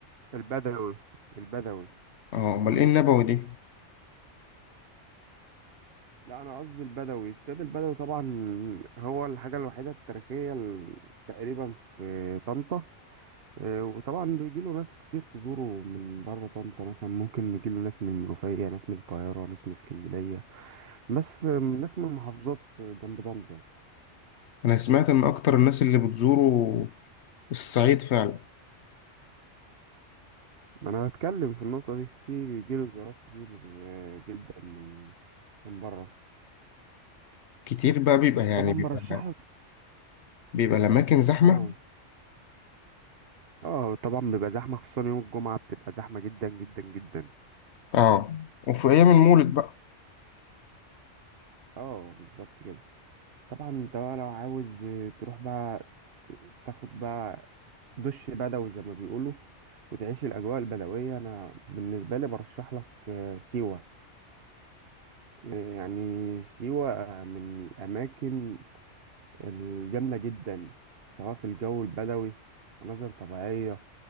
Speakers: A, on the right; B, on the left.
A: البدوي البدوي
B: اه امال ايه النبوي دي
A: لا أنا قصدي البدوي السيد البدوي طبعا هو الحاجة الوحيدة التاريخية ال- تقريبا في طنطا آه، وطبعا بيجيله ناس كتير تزوره من بره طنطا مثلا ممكن يجيله ناس من المنوفية ناس من القاهرة ناس من اسكندرية بس آه، ناس من محافظات جنب طنطا
B: انا سمعت ان اكتر الناس اللي بتزوروا الصعيد فعلا
A: ما انا بتكلم في النقطة دي في بيجيله زيارات كتير آه، جدا من من بره
B: كتير بقى بيبقى يعني
A: طبعا
B: بيبقى
A: برشح لك
B: بيبقى الاماكن زحمه
A: اه اه طبعا بيبقى زحمة خصوصا يوم الجمعة بتبقى زحمة جدا جدا جدا
B: اه وفي ايام المولد بقى
A: اه بالظبط كده طبعا انت بقى لو عاوز آه، تروح بقى ت- تاخد بقى دش بدوي زي ما بيقولوا وتعيش الأجواء البدوية أنا بالنسبة لي برشح لك آه، سيوة آه، يعني سيوة آه، من الأماكن الجامدة جدا سواء في الجو البدوي مناظر طبيعية